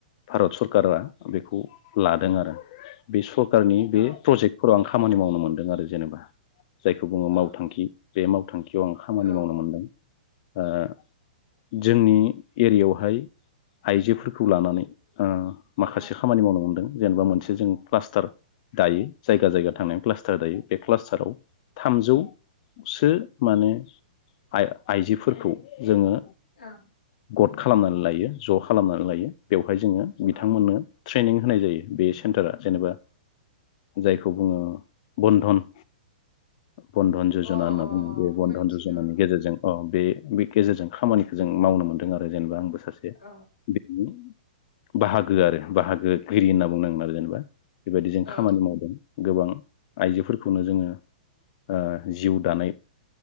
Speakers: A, on the left; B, on the left.
A: भारत सरकारा बेखौ लादों आरो बे सर कारनि
B: औ
A: बे प्रजेक्टफोराव आं खामानि मावनो मोनदों आरो जेनबा। जायखौ बुङो
B: औ
A: मावथांखि। बे मावथां खियाव आं खामानि
B: औ ओं
A: मावनो
B: ओं
A: मोनदों। ओ जोंनि एरियायावहाय आइजोफोरखौ लानानै ओ माखासे
B: अ
A: खामानि मावनो मोनदों। जेनेबा मोनसे जों प्लास्टार दायो जायगा जायगा थांनानै प्लास्टार दायो बे प्लास्टाराव थामजौ सो माने आइ आइजोफोरखौ जोङो
B: ओं
A: गद खालामनानै लायो ज खालामनानै लायो बेव हाय जोङो बिथांमोननो
B: अ
A: ट्रेनिं होनाय जायो बे सेन्टारा जेनेबा। जायखौ बुङो बन्धन बन्धन जजना
B: अ
A: होनना बुङो बे बन्धन
B: मोनथिगौ
A: जजनानि गेजेरजों अ बे बे गेजेरजों खामानिखौ जों मावनो मोनदों आरो जेनेबा आंबो सासे
B: औ
A: बिनि बाहागो आरो बाहागोगिरि होनना बुंनांगोन आरो जेनेबा बेबायदि जों
B: औ
A: खामानि मावदों। गोबां आइजोफोरखौनो जोङो ओ जिउ दानाय